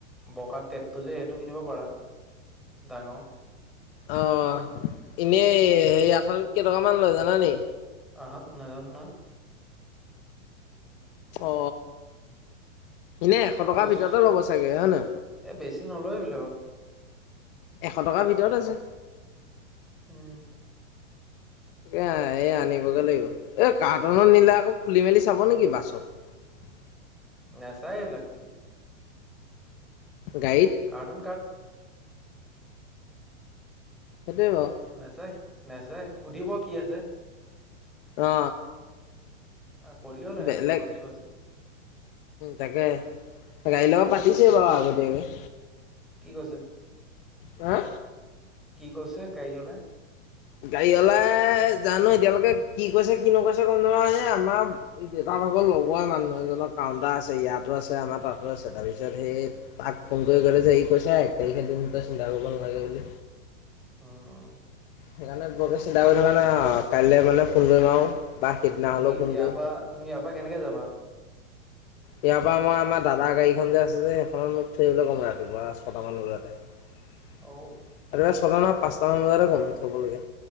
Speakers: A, in the centre; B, on the left.
A: বকা টেপটো যে সেইটো কিনিব পাৰা ডাঙৰ
B: অ এনেই হে আঠালত কেইটকাামান লৈ জানানে
A: আহ নগ ন
B: অ এনে এশ টকাৰ
A: বছ
B: ভিতৰতে ল'ব চাগে হয় ন
A: এ বেছি নলয় এইবিলাকত
B: এশ টকাৰ ভিতৰত আছে
A: উম,
B: এ এই আনিবগে লাগিব এ কাৰ্টনৰ নিলা আকৌ খুলি মেলি চাব নেকি বাছত
A: নাচাই এইবিলাক
B: গাড়ীত
A: কাটুন
B: সেইটোৱে বাৰু
A: নাচাই নেচাই সুধিব কি আছে
B: অ
A: কৰিলে হ'ল এনেকে
B: বেলেগ
A: এনেকে বস্তু আছে
B: তাকে গাড়ীৰ লগত পাতিছেই বাৰু আগতীয়াকৈ
A: কি কৈছে
B: হা
A: কি কৈছে গাড়ী অললে
B: গাড়ী অলাই জানো এতিয়ালৈকে কি কৈছে কি নকৈছে কম জা এই আমাৰ দেউতা ভাগৰ লগৰ মানুহ এজনক ক কাউণ্টাৰ আছে ইয়াতো আছে আমাৰ তাতো আছে তাৰপিছত সেই তাক ফোন কৰি ক'লে যে ই কৈছ এক তাৰিখেদিন চিন্তা কৰিব নালাগে বুলি
A: উম
B: সেইকাৰণে বৰ বেছি দা হৈ থাককাৰণে কাইলৈ মানে ফোন কৰিম আৰু বা সেইদিনা
A: তুমি
B: হ'লেও ফোন
A: ইয়াৰ
B: কৰিম
A: পৰাা তুমি ইয়াৰ পৰা কেনেকে যাবা
B: ইয়াৰ পৰা মই আমাৰ দাদাৰ গাড়ীখন যে আছে যে সেইখনত মোক থৰিবলৈ ক'ম ৰাতিপুৱা ছটাামান বজাতে আৰু
A: অ,
B: চলা পাঁচটা মান বজাতে গম থবলগে